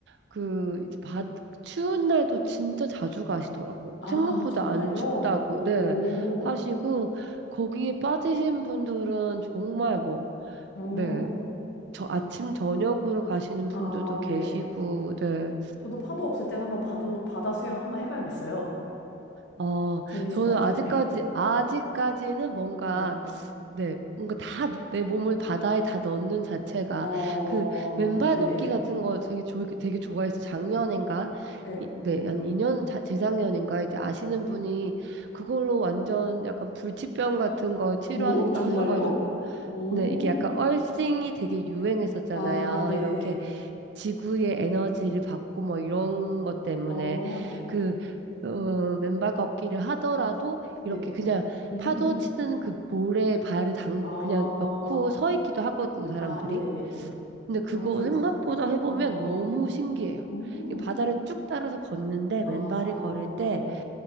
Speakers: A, on the right; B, on the left.
A: 그 이제 바 추운 날도 진짜 자주 가시더라고요.
B: 아,
A: 생각보다
B: 정말요?
A: 안 춥다고
B: 오,
A: 네 하시고 거기에 빠지신 분들은 정말 뭐
B: 음,
A: 네. 저 아침 저녁으로 가시는 분들도
B: 아,
A: 계시고
B: 네네.
A: 네.
B: 저도 파도 없을 땐 한번 바도, 바다 수영 한번 해봐야겠어요.
A: 어,
B: 재밌을
A: 저는
B: 것 같아요.
A: 아직까지
B: 예.
A: 아직까지는 뭔가
B: 어, 예.
A: 네, 뭔가 다 내 몸을 바다에 다 넣는 자체가
B: 어,
A: 그 맨발
B: 네네네.
A: 걷기 같은 거 되게 좋 되게 좋아해서 작년인가
B: 예.
A: 이- 네, 한 2년 자- 재작년인가 이제 아시는 분이 그걸로 완전 약간 불치병 같은 거 치료하셨다
B: 오, 정말요?
A: 하셔가지고
B: 오,
A: 네, 이게 약간 얼싱이 되게 유행했었잖아요.
B: 아, 네네네.
A: 이렇게 지구의 에너지를 받고 뭐 이런 것 때문에
B: 어, 네.
A: 그 어, 맨발 걷기를 하더라도
B: 네네.
A: 이렇게 그냥
B: 음.
A: 파도 치는 그 모래에 발을 당
B: 아,
A: 그냥 넣고 서 있기도 하거든요, 사람들이.
B: 아, 네네네네.
A: 근데 그거
B: 어, 그렇구나.
A: 생각보다 해보면
B: 어,
A: 너무 신기해요.
B: 음
A: 이 바다를 쭉 따라서 걷는데
B: 아,
A: 맨발이 걸을 때
B: 네.